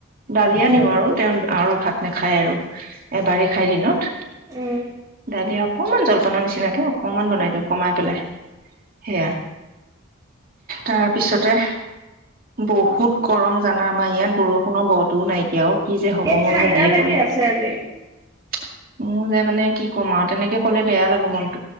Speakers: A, on the right; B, on the right.
A: দালিয়া দিওঁ আৰু তেওঁ আৰু ভাত নাখায় আৰু এবাৰেই খাই দিনত।
B: উম,
A: দালি আৰু অকমান জলপান নিচিনা। নিচিনাকে অকনমান বনাই দিওঁ কমাই পেলাই, সেয়া। তাৰপিছতে। বহুত গৰম জানা আমাৰ ইয়াত বৰষুণৰ বটোও নাইদিয়া ও কি যে হ'ব
B: এই ঠাণ্ডা
A: মই ভাবিয়ে
B: লাগি
A: পোৱা নাই।
B: আছে আজি।
A: <unintelligible> মোৰ যে মানে কি ক'ম আৰু, তেনেকে ক'লে বেয়া লাগে মন।